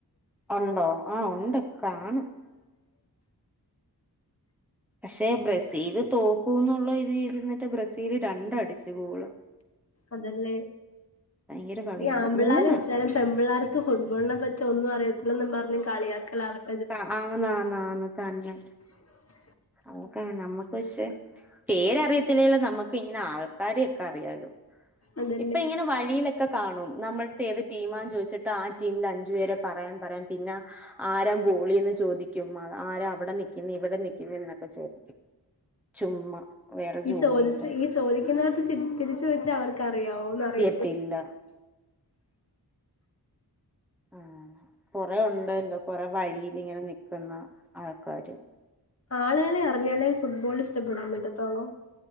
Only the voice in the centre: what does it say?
ഉണ്ടോ ആ ഉണ്ട് കാണും പക്ഷെ ബ്രസീല് തോക്കൂന്നുള്ള രീതി ന്നട്ട് ബ്രസീല് രണ്ടടിച്ചു ഗോള്.
ഭയങ്കര കളിയാണ്
മൂന്ന്
ആ ആന്നാന്നന്ന് തന്നെ.
അ ഒക്കെ നമ്മക്ക് പക്ഷെ പേരറിയത്തില്ലേലും നമ്മക്ക് ഇങ്ങനെ ആൾക്കാരെയൊക്കെ അറിയാലോ.
ഇപ്പ ഇങ്ങനെ വഴിയിലൊ ക്കെ കാണും നമ്മൾത്തെ ഏത് ടീമാന്ന് ചോയ്ച്ചിട്ട് ആ ടീംല് അഞ്ചു പേരെ പറയാം പറയും പിന്ന- ആരാ ഗോളിന്ന് ചോദിക്കും ആരാ അവടെ നിക്കുന്നെ ഇവിടെ നിക്കുന്നെ എന്നൊക്ക ചോദിക്കും. ചുമ്മാ വേറെ
ജോലി
ണ്ട.
ട്ടില്ല. ഉം കൊറെ ഉണ്ടല്ലോ കൊറെ വഴിയില്ങ്ങനെ നിക്ന്ന ആൾക്കാര്.